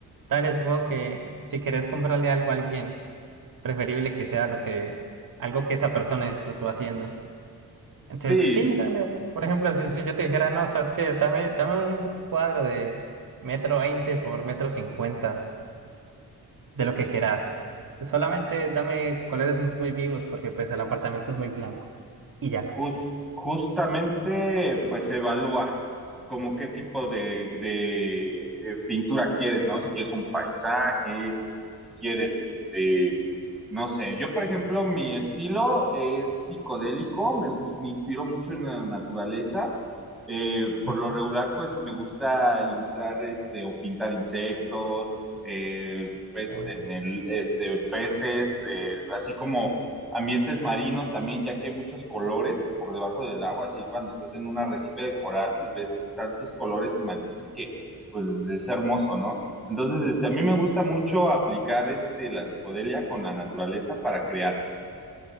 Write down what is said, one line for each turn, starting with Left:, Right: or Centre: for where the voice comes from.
Right: dale, supongo que si querés comprarle algo a alguien, preferible que sea lo que, algo que esa persona disfrutó haciendo. Entonces,
Centre: Sí,
Right: sí, dale. Por ejemplo, si, si yo te dijera, no, sabes que dame, dame un cuadro de metro veinte por metro cincuenta, de lo que querás. Solamente dame colores muy vivos, porque pues el apartamento es muy blanco. Y ya.
Centre: Jus- justamente, pues se evalúa como qué tipo de, de, eh, pintura quieres, ¿no? Si quieres un paisaje, si quieres, este, no sé. Yo, por ejemplo, mi estilo es psicodélico, me gus- me inspiro mucho en la naturaleza. Eh, por
Right: Ujú.
Centre: lo regular, pues me gusta ilustrar, este, o pintar insectos, eh, pues
Right: Uy.
Centre: en el, este, peces, eh, así como ambientes marinos también, ya que hay muchos colores por debajo del agua, así cuando estás en un arrecife de coral, pues ves tantos colores y matices que pues es hermoso, ¿no? Entonces, este, a mí me gusta mucho aplicar este, la psicodelia con la naturaleza para crear.